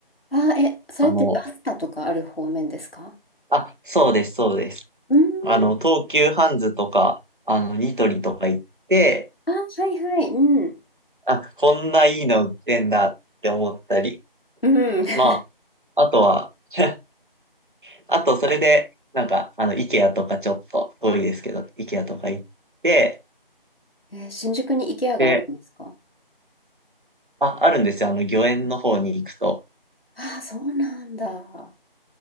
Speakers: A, on the left (about 75°); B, on the right (about 60°).
A: あ、え、それってバスタとかある方面ですか
B: あの、あ、そうです、そうです。
A: うーん。
B: あの、東急ハンズとか、あの、ニトリとか行って、
A: あ、はいはい。うん。
B: あ、こんないいの売ってんだって思ったり、
A: うん。<laughs>
B: まあ、あとは、<laughs> あと、それで、なんか、あの、イケアとかちょっと遠いですけど、イケアとか行って、
A: えー新宿に IKEA
B: で、
A: があるんですか
B: あ、あるんですよ、あの、御苑の方に行くと。
A: ああ、そうなんだ。